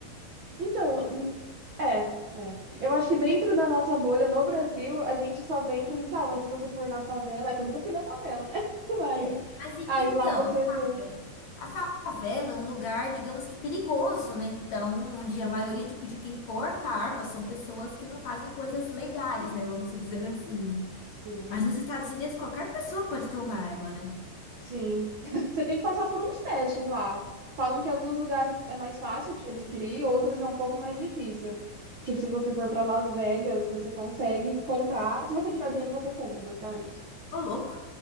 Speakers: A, on the right; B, on the left.
A: Então, n- é, é. Eu acho que dentro da nossa bolha, no Brasil, a gente só vê em policial, mas se você for na favela, é que eu nunca fui na favela, né? <laughs> Mas
B: é. Mas e
A: aí
B: que então,
A: lá você
B: a
A: vê.
B: favela, a favela é um lugar, digamos que perigoso, né? Então, onde
A: Hum,
B: a maioria, tipo, de quem porta arma são pessoas que não fazem coisas legais, né? Vamos dizer assim.
A: Sim.
B: Mas nos Estados Unidos, qualquer pessoa pode ter uma arma, né?
A: Sim. <laughs> Você tem que passar por uns testes lá. Falam que alguns lugares é mais fácil de adquirir, outros é um pouco mais difícil. Tipo, se você for para Las Vegas, você consegue comprar. Se você tiver o dinheiro, você compra, basicamente.
B: Ô, louco.